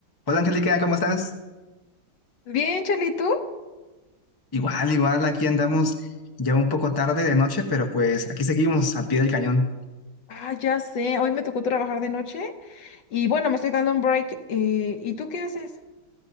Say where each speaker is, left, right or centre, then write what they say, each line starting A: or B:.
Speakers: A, on the left; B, on the left.
A: Hola Angélica, ¿cómo estás?
B: Bien, Cheli, ¿tú?
A: Igual, igual, aquí andamos ya un poco tarde de noche, pero pues aquí seguimos al pie del cañón.
B: Ah, ya sé, hoy me tocó trabajar de noche y bueno, me estoy dando un break. eh, ¿y tú qué haces?